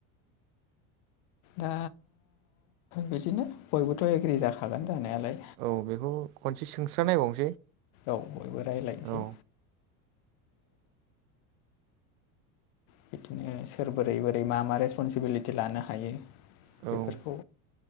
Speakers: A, on the left; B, on the right.
A: दा बिदिनो बयबोथ एग्रि जाखागोन जानायालाय
B: औ बेखौ खनसे सोंस्रा नायबावनोसै
A: औ बयबो रायजलायनोसै
B: औ
A: बिदिनो सोर बोरै बोरै मा मा रेसपनसिबिलिटि लानो हायो
B: औ
A: बेफोरखौ